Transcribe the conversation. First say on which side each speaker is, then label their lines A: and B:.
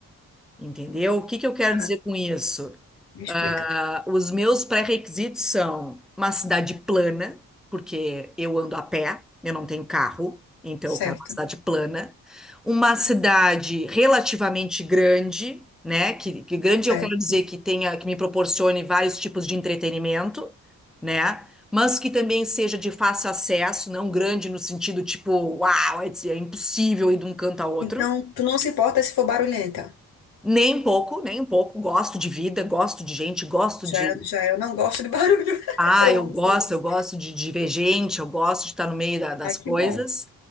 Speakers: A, in the centre; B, on the left.
A: entendeu? O que que eu quero
B: Tá,
A: dizer com isso?
B: me explica.
A: Ah, os meus pré-requisitos são uma cidade plana, porque eu ando a pé, eu não tenho carro, então
B: Certo,
A: eu quero uma cidade plana. Uma cidade relativamente grande, né? Que, que grande
B: certo.
A: eu quero dizer que tenha, que me proporcione vários tipos de entretenimento, né? Mas que também seja de fácil acesso, não grande no sentido tipo, uau, é é impossível ir de um canto a outro.
B: Então, tu não se importa se for barulhenta.
A: Nem um pouco, nem um pouco. Gosto de vida, gosto de gente, gosto
B: Já,
A: de
B: já eu não gosto de barulho. <laughs>
A: Ah,
B: Eu
A: eu
B: amo
A: gosto,
B: silêncio.
A: eu gosto de divergente, eu gosto de estar no meio da- das
B: Ah, que
A: coisas.
B: bom.